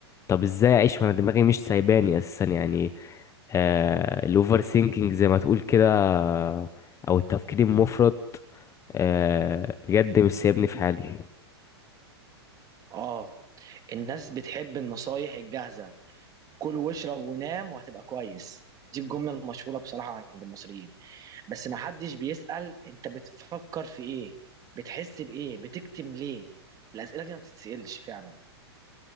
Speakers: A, on the left; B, on the right.
A: طب ازاي اعيش وانا دماغي مش سايباني اساسا يعني آه الاوفر سينكينج زي ما تقول كده آه، او التفكير المفرط آه بجد مش سايبني في حالي
B: آه الناس بتحب النصايح الجاهزة كل واشرب ونام وهتبقى كويس دي الجملة المشهورة بصراحة عند المصريين بس ما حدش بيسأل انت بتفكر في ايه بتحس بايه بتكتم ليه الأسئلة دي ما بتتسألش فعلا